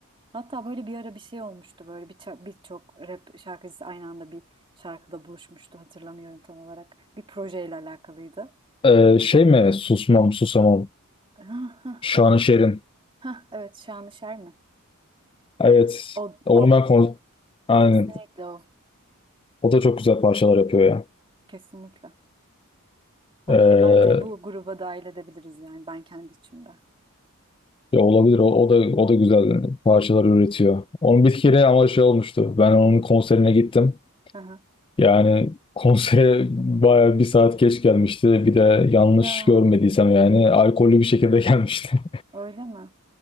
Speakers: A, on the right; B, on the left.
A: Hatta böyle bir ara bir şey olmuştu böyle bir ça- birçok rap şarkıcısı aynı anda bir şarkıda buluşmuştu hatırlamıyorum tam olarak. Bir projeyle alakalıydı.
B: Ee, şey mi susmam susamam
A: <laughs> Hah, hah,
B: Şanışer'in.
A: evet. Hah, evet Şanışer mi?
B: Evet.
A: O,
B: Onu
A: o.
B: ben kon- Aynen.
A: Kesinlikle o.
B: O da çok güzel parçalar yapıyor ya.
A: Kesinlikle. Onu
B: Ee,
A: da bence bu gruba dahil edebiliriz yani ben kendi içimde.
B: ya olabilir. O, o da o da güzel parçalar üretiyor. Onun bir kere ama şey olmuştu. Ben onun konserine gittim.
A: Hı hı.
B: Yani <laughs> konsere bayağı bir saat geç gelmişti. Bir de yanlış
A: Ya
B: görmediysem yani alkollü bir şekilde <laughs> gelmişti.
A: öyle mi?